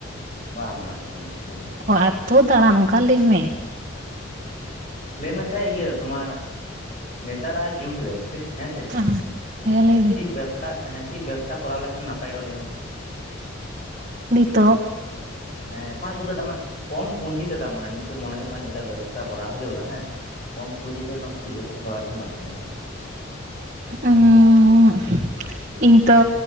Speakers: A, on the left (about 35°); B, on the right (about 35°).
A: ᱵᱟᱝ ᱵᱟᱝ ᱥᱟᱺᱜᱤᱧ ᱫᱚ
B: ᱚ ᱟᱛᱳ ᱫᱟᱲᱟᱱ ᱚᱱᱠᱟ ᱞᱟᱹᱭ ᱢᱮ
A: ᱦᱩᱸ ᱞᱟᱹᱭ ᱢᱮᱥᱮ ᱤᱭᱟᱹ ᱛᱳᱢᱟᱨ ᱱᱮᱛᱟᱨᱟᱜ ᱡᱩᱜᱽ ᱨᱮ ᱥᱮ ᱦᱮᱸ ᱥᱮ
B: ᱟ ᱦᱮᱸ ᱞᱟᱹᱭ ᱢᱮ
A: ᱪᱮᱫ ᱵᱮᱵᱽᱥᱟ ᱦᱮᱸ ᱪᱮᱫ ᱵᱮᱵᱽᱥᱟ ᱠᱚᱨᱟᱣ ᱞᱮᱠᱷᱟᱱ ᱱᱟᱯᱟᱭᱚᱜᱼᱟ ᱞᱟᱹᱭ ᱢᱮᱥᱮ?
B: ᱱᱤᱛᱚᱜ
A: ᱦᱮᱸ <unintelligible> ᱠᱚᱢ ᱯᱩᱸᱡᱤ ᱛᱮ ᱫᱟᱢ ᱢᱟᱱᱮ ᱢᱤᱫᱴᱮᱡ ᱢᱚᱱᱮ ᱦᱩᱭᱩᱜ ᱠᱟᱱᱟ ᱵᱮᱵᱥᱟ ᱠᱚᱨᱟᱣ ᱦᱩᱭᱩᱜᱼᱟ ᱦᱮᱸ ᱠᱚᱢ ᱯᱚᱸᱡᱤ ᱛᱮ ᱪᱮᱫ ᱵᱮᱵᱥᱟ ᱠᱚᱨᱟᱣ ᱞᱮᱠᱷᱟᱱ ᱱᱟᱯᱟᱭᱚᱜᱼᱟ
B: ᱩᱸᱜᱻ ᱤᱧ ᱛᱚ